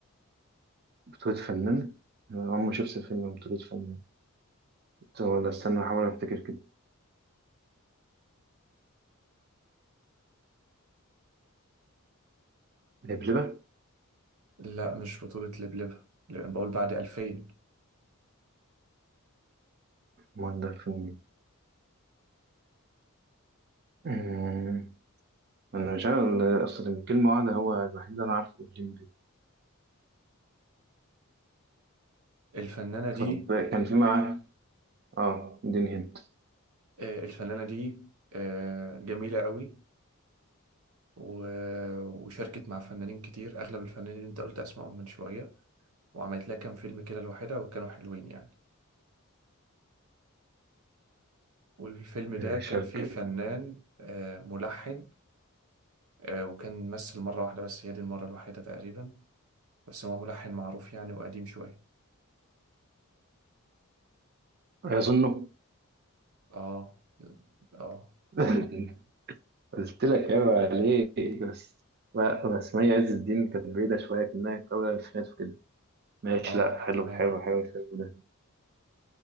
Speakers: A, on the right; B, on the right.
A: بطولة فنان أنا عمري ما شفت فيلم بطولة فنان طب ولا استنى أحاول أفتكر كده لبلبة؟
B: لا مش بطولة لبلبة لأن بقول بعد 2000
A: أمال ده الفيلم مين؟ مم. أنا مش عارف أصل يمكن كلمة واحدة هو الوحيد اللي أنا عارفه الليمبي
B: الفنانة دي
A: طب كان في معاه آه اديني هنت
B: آه، الفنانة دي آه، جميلة قوي و- وشاركت مع فنانين كتير أغلب الفنانين اللي أنت قلت أسمائهم من شوية وعملت لها كام فيلم كده لوحدها وكانوا حلوين يعني والفيلم ده كان
A: شركة
B: فيه فنان آه، ملحن آه، وكان ممثل مرة واحدة بس هي دي المرة الوحيدة تقريبا بس هو ملحن معروف يعني وقديم شوية
A: أظنه
B: اه اه
A: <laughs> قلت لك عيب عليك بس لا، بس مي عز الدين كانت بعيدة شوية كأنها في أول الألفينات وكده ماشي
B: اه
A: لا حلو
B: تمام
A: حلو حلو الفيلم ده